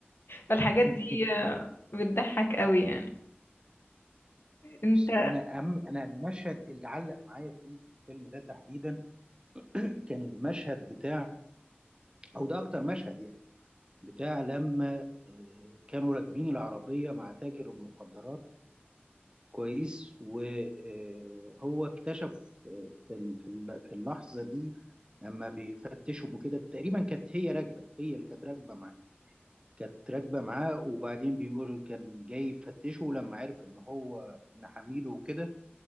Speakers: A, on the left (about 65°); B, on the right (about 25°).
A: فالحاجات
B: <laughs>
A: دي آه، بتضحك قوي يعني انت
B: بس انا أم انا المشهد اللي علق معايا في الفيلم ده تحديدا <clears throat> كان المشهد بتاع او ده اكتر مشهد يعني بتاع لما آه، كانوا راكبين العربيه مع تاجر المخدرات كويس وهو اكتشف آه، في ال- في ال- في اللحظه دي لما بيفتشهم وكده تقريبا كانت هي راكبه هي اللي كانت راكبه معاه كانت راكبة معاه وبعدين بيقول كان جاي يفتشه لما عرف ان هو ابن حميد وكده